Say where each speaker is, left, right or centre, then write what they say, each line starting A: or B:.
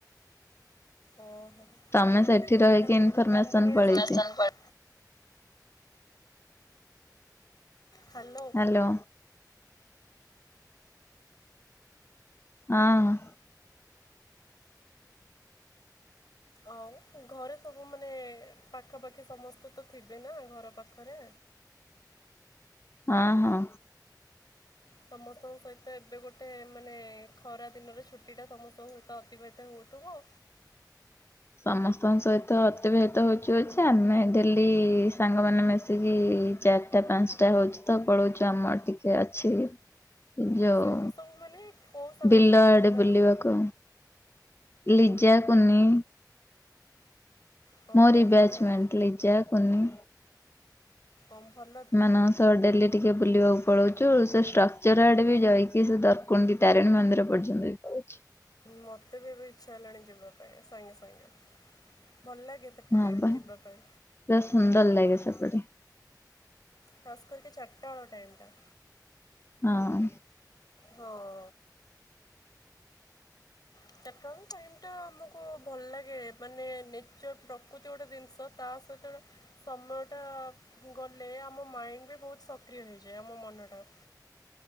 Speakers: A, on the left; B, on the left.
A: ଓହୋ
B: ତମେ
A: ନହେଲେ
B: ସେଠି
A: କଣ
B: ରହିକି
A: ତାଙ୍କ
B: ଇନଫରମେସନ
A: ନଡିଆ କାନ୍ଦି ନେଇଆସି
B: ପଳେଇଛି
A: ଥାନ୍ତ। ହ୍ୟାଲୋ।
B: ହ୍ୟାଲୋ। ହଁ।
A: ଆଉ ଘରେ ସବୁ ମାନେ ପାଖାପାଖି ସମସ୍ତେ ତ ଥିବେ ନା ଘର ପାଖରେ।
B: ହଁ ହଁ।
A: ସମସ୍ତଙ୍କ ସହିତ ଏବେ ଗୋଟେ ମାନେ ଖରା ଦିନର ଛୁଟିଟା ସମସ୍ତଙ୍କ ସହିତ ଅତିବାହିତ ହେଉଥିବ।
B: ସମସ୍ତଙ୍କ ସହିତ ଅତିବାହିତ ହଉଛୁ ହଉଛି ଆମେ ଡେଲି ସାଙ୍ଗମାନେ ମିଶିକି ଚାରିଟା ପାଞ୍ଚଟା ହଉଛି ତ ପଳଉଛୁ ଆମର ଟିକେ ଅଛି। ଯୋଉ
A: ସାଙ୍ଗ ସବୁ ମାନେ କୋଉ ସାଙ୍ଗ
B: ବିଲ
A: ସମସ୍ତେ
B: ଆଡେ
A: ମାନେ
B: ବୁଲିବାକୁ ଲିଜା କୁନି
A: ହଁ
B: ମୋରିି ବ୍ୟାଚମେଣ୍ଟ
A: ବଢ଼ିଆ
B: ଲିଜା କୁନି
A: ଓମ୍ ଭଲ। ତ
B: ସେମାନଙ୍କ ସହ ଡେଲି ଟିକେ ବୁଲିବାକୁ ପଳଉଛୁ, ସେ ଷ୍ଟ୍ରକ୍ଚର ଆଡେ ବି ଯାଇକି ସେ ଦରକୁଣ୍ଡି ତାରିଣୀ ମନ୍ଦିର ପର୍ଯ୍ୟନ୍ତ ବି ପଳଉଛୁ
A: ମତେ ବି ଏବେ ଇଚ୍ଛା ହେଲାଣି ଯିବା ପାଇଁ ସାଙ୍ଗେ ସାଙ୍ଗେ। ଭଲ ଲାଗେ ସେପଟେ
B: ହଁ ବା
A: ଯିବା
B: ପୂରା
A: ପାଇଁ
B: ସୁନ୍ଦର ଲାଗେ ସେପଟେ।
A: ଖାସ୍ କରିକି ଚାରିଟା ବେଳ ଟାଇମ ଟା।
B: ହଁ।
A: ହଁ। ଚାରଟା ବେଳ ଟାଇମ୍ ଟା ଆମକୁ ଭଲ ଲାଗେ, ମାନେ ନେଚର୍ ପ୍ରକୃତି ଗୋଟେ ଜିନିଷ ତା ସହିତ ସମୟଟା ଗଲେ ଆମ ମାଇଣ୍ଡ ବି ବହୁତ ସକ୍ରିୟ ହୋଇଯାଏ ଆମ ମନଟା।